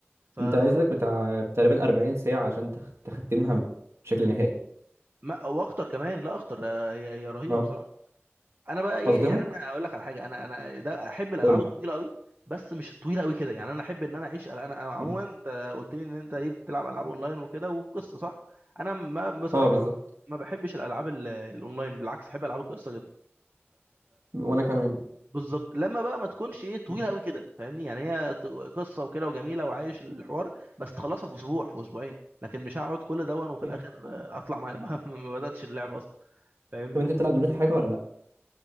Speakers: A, on the right; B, on the right.
A: ف ف
B: انت عايز لك بتاع تقريبا 40 ساعة عشان تخ... تختمها بشكل نهائي
A: ما واخطر كمان لا اخطر آه، هي هي رهيبه
B: اه
A: بصراحه انا بقى ايه
B: أصدمك
A: يعني انا اقول لك على حاجه انا انا ده احب الالعاب
B: قول لي
A: الطويله قوي بس مش الطويله قوي كده يعني انا احب ان انا اعيش انا أنا عموما
B: مم.
A: انت قلت لي ان انت ايه بتلعب العاب اونلاين وكده وقصه صح انا ما بصراحه
B: اه بالظبط
A: ما بحبش الالعاب ال- الاونلاين بالعكس احب العاب القصه جدا
B: وأنا كمان
A: بالظبط لما بقى ما تكونش ايه طويله
B: مم.
A: قوي كده فاهمني يعني هي ت- قصه وكده وجميله وعايش الحوار بس تخلصها في اسبوع في اسبوعين لكن مش هقعد كل ده وفي
B: فاهم
A: الاخر آه، اطلع ما, <laughs> ما ما بداتش اللعب اصلا فاهمني
B: طب أنت بتلعب دلوقتي حاجة ولا لأ؟